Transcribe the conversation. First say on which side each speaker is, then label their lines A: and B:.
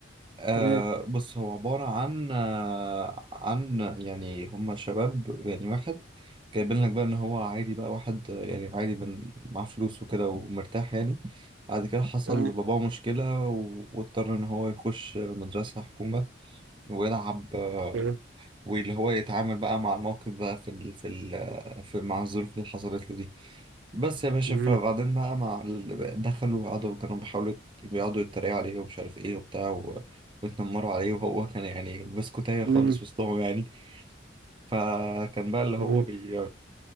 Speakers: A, on the right (about 25°); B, on the right (about 85°).
A: آه
B: تمام
A: بص هو عبارة عن آه عن يعني هما شباب يعني واحد جايبين لك بقى إن هو عادي بقى واحد آه، يعني عادي من مع فلوس وكده ومرتاح يعني بعد كده حصل
B: تمام
A: لباباه مشكلة و- واضطر إن هو يخش مدرسة حكومة ويلعب آه
B: تمام
A: واللي هو يتعامل بقى مع الموقف بقى في ال في ال في مع الظروف اللي حصلت له دي بس يا باشا
B: مم.
A: فبعدين بقى مع ال... دخلوا وقعدوا كانوا بيحاولوا يت- بيقعدوا يتريقوا عليه ومش عارف ايه وبتاع و... ويتنمروا عليه وهو كان يعني بسكوتية
B: مم.
A: خالص وسطهم يعني فكان بقى اللي
B: تمام
A: هو بي